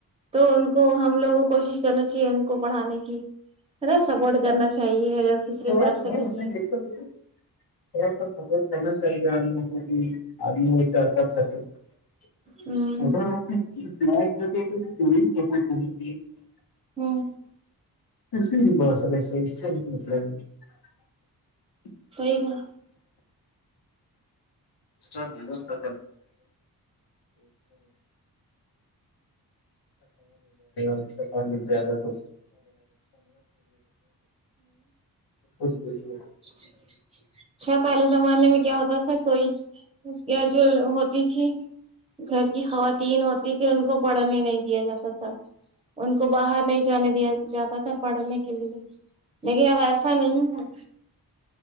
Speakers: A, on the right; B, on the left.
A: تو ان کو ہم لوگوں کوشش کرنا چاہیے ان کو پڑھانے کی ہے نا سپورٹ کرنا چاہیے اگر کسی
B: تھوڑا
A: کے پاسے
B: سا ہمیں
A: نہیں ہے
B: بالکل بھی تھوڑا <inaudible> <inaudible>
A: ہ
B: <inaudible>
A: ہاں
B: <unintelligible> <inaudible>
A: صحیح کہا
B: <inaudible> <unintelligible> جائےگا اکثر پانی پیہا تو <unintelligible>
A: اچ کیاا پہلے زمانے میں کیا ہوتا تھا کوئی کیا جو ہوتی تھی گھر کی خواتین ہوتی تھی ان کو پڑھنے نہیں دیا جاتا تھا ان کو باہر نہیں جانے دیا جاتا تھا پڑھنے کے لیے لیکن اب ایسا نہیں ہے